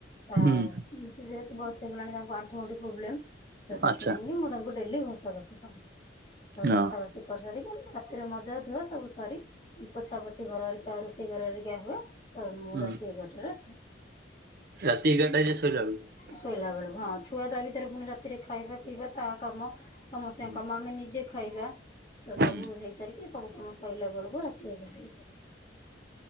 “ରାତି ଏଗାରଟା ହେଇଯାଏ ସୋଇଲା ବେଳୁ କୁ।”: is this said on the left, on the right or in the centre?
Right